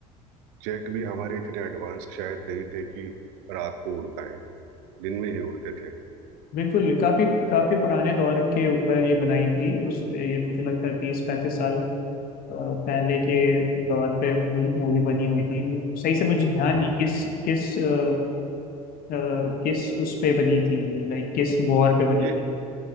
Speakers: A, on the right (about 65°); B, on the left (about 50°).
A: जेट भी हमारे इतने एडवांस्ड शायद नहीं थे कि रात को उड़ पाए दिन में ही उड़ते थे
B: बिल्कुल काफी काफी पुराने दौर के ऊपर ये बनाई थी उस ये मुझे लगता है तीस पैंतीस साल अ, पहले के दौर पे मूवी बनी हुई थी सही से मुझे ध्यान
A: हाँ
B: नहीं किस किस अ, अ, किस उस पे बनी थी लाइक किस वॉर पे बनी
A: ये
B: थी